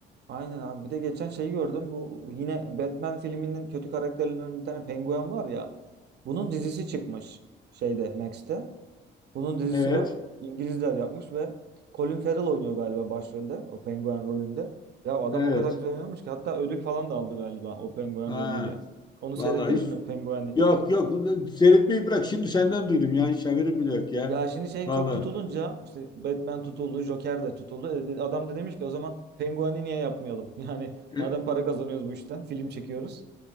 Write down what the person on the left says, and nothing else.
Evet,
evet.
Ha.
Vallahi
hiç
yok yok seyretmeyi bırak. Şimdi senden duydum ya. Hiç haberim bile yok ya.
Vallahi
E,